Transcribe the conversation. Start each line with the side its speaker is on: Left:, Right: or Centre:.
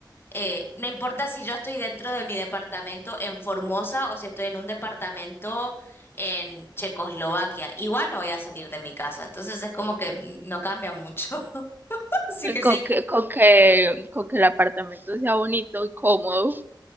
Left: eh, no importa si yo estoy dentro de mi departamento en Formosa o si estoy en un departamento en Checoslovaquia, igual no voy a salir de mi casa, entonces es como que no cambia mucho. <laughs> Así que
Right: con
Left: sí,
Right: que, con que, con que el apartamento sea bonito y cómodo.